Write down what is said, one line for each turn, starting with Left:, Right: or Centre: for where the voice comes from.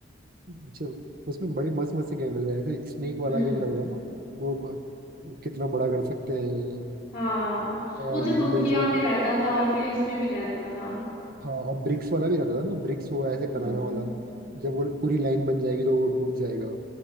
Right: अच्छा उसमें बड़े मस्त मस्त से गेम रहते हैं ऐसे स्नेक वाला
Left: हम्म
Right: गेम रहता था ना वो ब- कितना बड़ा कर सकते हैं
Left: हाँ
Right: और
Left: वो जो नोकिया
Right: वो जो
Left: में रहता था और फिर इसमें भी रहता था
Right: हाँ और ब्रिक्स वाला भी रहता था ना ब्रिक्स वो ऐसे बनाना
Left: हम्म
Right: वाला जब वो पूरी लाइन बन जाएगी तो वो टूट जाएगा